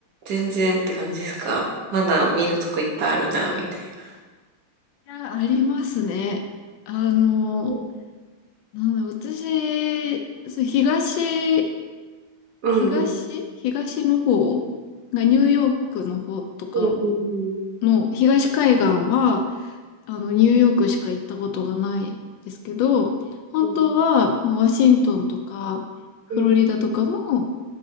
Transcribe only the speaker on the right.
全然って感じですかまだ見るとこいっぱいあるな、みたいな。
う
んうん。
うんうんうん。
うん。
うん。